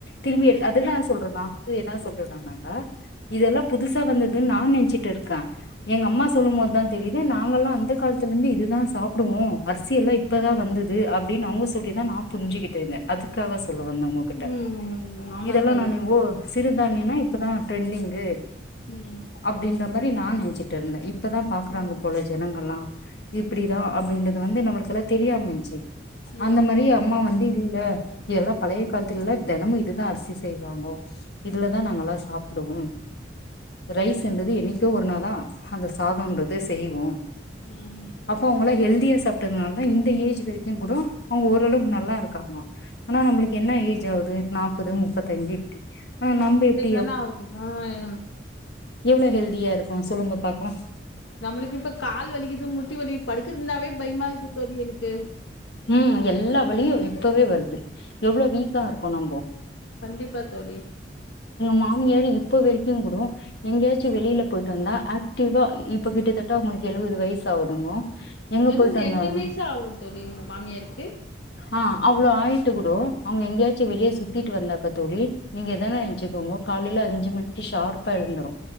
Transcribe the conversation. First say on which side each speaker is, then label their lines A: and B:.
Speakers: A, on the left; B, on the left.
A: திரும்பி அதுதா சொல்ற நா வந்து என்ன சொல்றது நா இதெல்லா புதுசா வந்ததுன்னு நா நென்சிட்டு இருக்க எங்க அம்மா சொல்லும் போதுதா தெரிது நாங்க எல்லா அந்த காலத்துல இருந்து இதுதா சாப்டுவோ அரிசியெல்லா இப்பதா வந்துது அப்டின் அவுங்க சொல்லிதா நா புரிஞ்சிகிட்டேருந்த அதுக்காவ சொல்ல வந்த ஒங்ககிட்ட
B: ம் ஆமா
A: இதல்லா
B: தோழி
A: நா ஓ சிறுதானியனா இப் டெரண்டிங்கு
B: ம்
A: அப்டின்ற மாரி நா நன்சிட்டுருந்த இப் இப்பதா பாக்கறாங்க
B: ம்
A: போல ஜனங்கள்லா இப்டி இதா அப்டின்றது வந்து நம்மளுக்கெல்லா தெரியாமன்ச்சு
B: ம்
A: அந்த மாரி அம்மா வந்து இ இல்ல இதல்லா பலைய காலத்துல தெனமும் இதுதா அரிசி செய்வாங்கோ இதுல
B: ம்
A: தான் நாங்கல சா ப்டுவோம் ரைஸ்ன்றது என்னைக்கோ ஒரு நாள் தா அந்த சாதம்ன்றதே செய்வோ
B: ம்
A: அப்போ அவங்களா ஹெல்தியா சாப்பிட்டதுனால இந்த ஏஜ் வரைக்கு கூடம் அவுங்க ஓரளவுக்கு நல்லாருக்காங்கோ ஆனா நம்மளுக்கு என்ன ஏஜ் ஆவுது நாப்பது முப்பத்தஞ்சு ஆஹ் நம்ப எப்
B: ஜன ஆவுது ஆஹ்
A: எவ்ளோ ஹெல்தியா இருக்கு சொல்லுங்க பாக்கலாம்
B: நம்மளுக்கு இப்ப கால் வலிக்குது முட்டி வலிக் படுக்குருதுனாவே பயமாக்கிது தோழி எனக்கு
A: உம் எல்லா வழியு
B: ம்
A: இப்பவே வரு எவ்ளோ வீக்கா இருக்கோ நாம்ப
B: கண்டிப்பா தோழி
A: மாமியார் இப்ப வரைக்குங் கூட எங்கியாச்சும் வெளில போயிட்டு வந்தா ஆக்டிவா இப்ப கிட்டத்தட்ட உங்களுக்கு எழுவது வயசாகுதுங்கோ எங்க
B: எழுவது
A: போயி தங்குனாலுமே
B: எண்பது வயசு ஆகு தோழி உங்க மாமியாருக்கு
A: ஆ அவ்வளோ ஆயிட்டு கூட அவங்க எங்கயாச்சும் வெளியே சுத்திட்டு வந்தாக்க தோழி நீங்க எதானே இவுங்க காலைல அஞ்சு மணிக்கு ஷார்பா எழுந்துரு